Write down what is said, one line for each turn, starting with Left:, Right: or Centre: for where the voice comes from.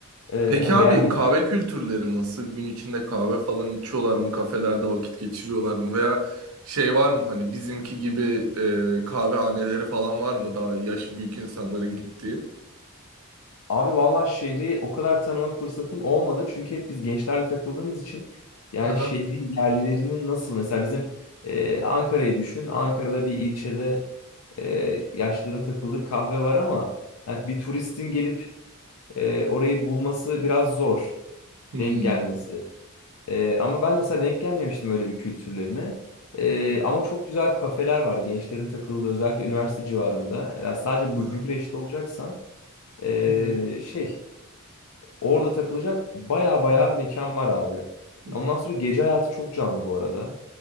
Left: E,
Right: Peki
Left: hani
Right: abi
Left: beğenmemiştim.
Right: kahve kültürleri nasıl? Gün içinde kahve falan içiyorlar mı? Kafelerde vakit geçiriyorlar mı? Veya şey var mı hani bizimki gibi e, kahvehaneleri falan var mı daha yaşı büyük insanların gittiği?
Left: Abi vallahi şehri o kadar tanıma fırsatım olmadı. Çünkü hep biz gençlerle takıldığımız için yani
Right: Aha.
Left: şehri yerlilerinin nasıl mesela bizim e, Ankara'yı düşün. Ankara'da bir ilçede e, yaşlıların takıldığı kahve var ama yani bir turistin gelip e, orayı bulması biraz zor.
Right: Hmm.
Left: Denk gelmesi. Ee, ama ben mesela denk gelmemiştim öyle bir kültürlerine. Ee,
Right: Hmm.
Left: ama çok güzel kafeler var. Gençlerin takıldığı özellikle üniversite civarında. Yani sadece bu
Right: Aha.
Left: Bükreş'te olacaksan ee,
Right: Hı hı.
Left: şey orada takılacak baya baya
Right: Hı
Left: mekan var abi.
Right: hı.
Left: Ondan sonra gece hayatı çok canlı bu arada.